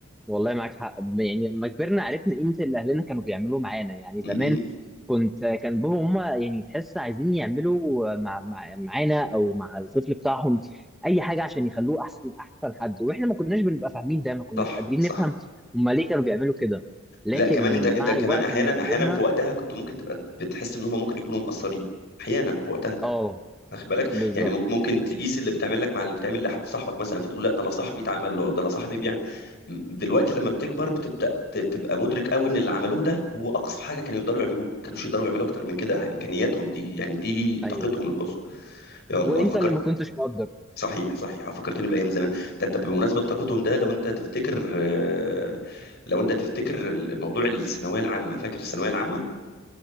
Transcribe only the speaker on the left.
م-
م.
صح
صح
لا كمان انت انت
كمان
احيانا
احيانا في وقتها كنت ممكن تبقى بتحس ان هم ممكن يكونوا مقصرين احيانا في وقتها
واخد بالك
يعني مم- ممكن تقيس اللي بتعمل لك مع اللي بتعمل لحد صاحبك مثلا فتقول لا ده انا صاحبي اتعمل له او ده انا صاحبي بيعمل م- دلوقتي لما بتكبر بتبدا ت- تبقى مدرك قوي ان اللي عملوه ده هو اقصى حاجه كانوا يقدروا يعملوها ما كانوش يقدروا يعملوا اكتر من كده امكانياتهم دي يعني دي
طاقتهم القصوى يا الله
فكرت
صحيح صحيح آه، فكرتني بايام زمان ده انت بمناسبه طاقتهم ده لو انت تفتكر آه، لو انت تفتكر الموضوع الثانويه العامه فاكر الثانويه العامه